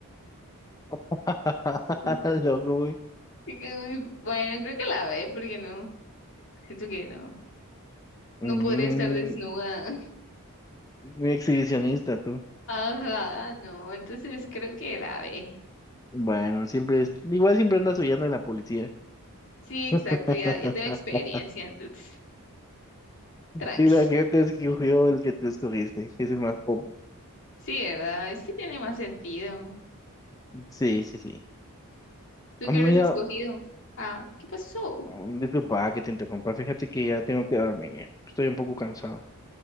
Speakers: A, on the left (about 15°); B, on the left (about 60°).
A: <laughs>
B: Mm.
A: Loco, güey.
B: Uy, Bueno, creo que la ve, porque no, siento que no, no
A: Mm,
B: podría estar desnuda.
A: muy exhibicionista, tú.
B: Ajá, no, entonces creo que la ve.
A: Bueno, siempre, es- igual siempre andas huyendo de la policía.
B: Sí, exacto,
A: <laughs>
B: ya, ya tengo experiencia, entonces, tranqui.
A: Y la gente escogió el que tú escogiste. Es el más pop.
B: Sí, ¿verdad? Es que tiene más sentido.
A: Sí, sí, sí.
B: ¿Tú
A: Amiga,
B: qué hubieras escogido? Ah, ¿qué pasó?
A: Mm, Disculpa que te interrumpa, fíjate que ya tengo que dormir, estoy un poco cansado.